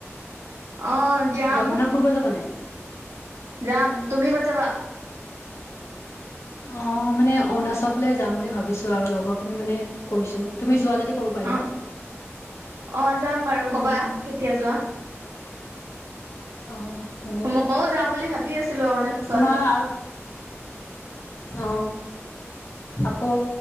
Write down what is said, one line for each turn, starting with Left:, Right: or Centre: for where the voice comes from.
Right: অ যাম
Left: গৰম বন্ধত ফুৰিব যাবা নাই
Right: যাম তুমি ক'ত যাবা
Left: অ মানে অৰুণাচললৈ যাম বুলি ভাবিছো আৰু লগৰ খিনি মানে কৈছো তুমি যোৱা যদি ক'ব পাৰিবা
Right: অ', অ যাম বাৰু কবা
Left: উম
Right: কেতিয়া যোৱা
Left: অ মানে
Right: ময়ও যাম বুলি ভাবি আছিলো অৰুণাচল
Left: তোমাৰ আৰু অ আকৌ